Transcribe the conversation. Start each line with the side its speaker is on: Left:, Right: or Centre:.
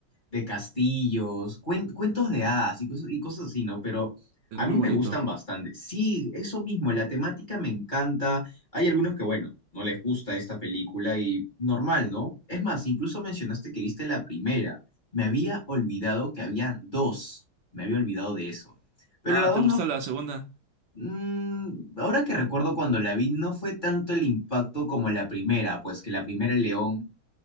Left: de castillos, cuen- cuentos de hadas y cosas, y cosas así, ¿no? Pero
Right: Es
Left: a
Right: muy
Left: mí me
Right: bonito.
Left: gustan bastante. Sí, eso mismo, la temática me encanta. Hay algunos que, bueno, no les gusta esta película y normal, ¿no? Es más, incluso mencionaste que viste la primera. Me había olvidado que habían dos. Me había olvidado de eso. Pero
Right: Ah,
Left: la dos
Right: ¿te gusta
Left: no... f-
Right: la segunda?
Left: mm, ahora que recuerdo cuando la vi, no fue tanto el impacto como la primera, pues que la primera el león,